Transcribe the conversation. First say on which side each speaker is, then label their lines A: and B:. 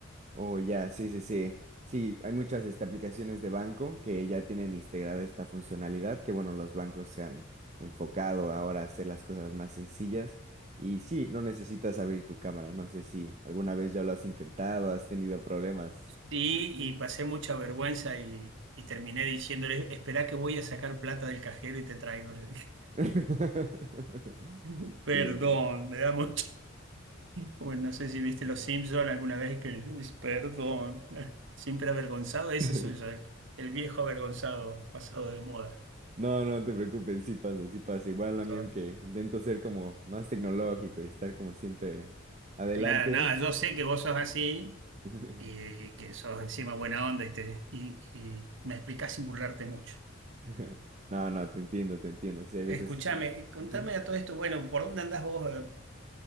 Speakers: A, on the right (about 35°); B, on the right (about 60°).
A: Oh, ya, sí, sí, sí. Sí, hay muchas este, aplicaciones de banco que ya tienen integrada esta funcionalidad, que bueno, los bancos se han enfocado ahora a hacer las cosas más sencillas. Y sí, no necesitas abrir tu cámara. No sé si alguna vez ya lo has intentado, has tenido problemas.
B: Y, y pasé mucha vergüenza y, y terminé diciéndole, esperá que voy a sacar plata del cajero y te traigo, le dije.
A: <laughs>
B: <laughs> Perdón,
A: Sí, no.
B: me da mucho. Como no sé si viste Los Simpson alguna vez que dice, perdón, <laughs> siempre avergonzado, ese
A: <laughs>
B: soy yo, el, el viejo avergonzado, pasado de moda.
A: No, no te preocupes, sí pasa, sí pasa. Igual a mí
B: Yo,
A: aunque intento ser como más tecnológico y estar como siempre adelante.
B: claro, nada, yo sé que vos sos así
A: <laughs>
B: y que sos encima buena onda y, te, y, y me explicás sin burlarte mucho.
A: <laughs> No, no, te entiendo, te entiendo. Sí, hay veces
B: Escúchame,
A: que...
B: contame
A: Ujú,
B: a todo esto, bueno, ¿por dónde andás vos? eh?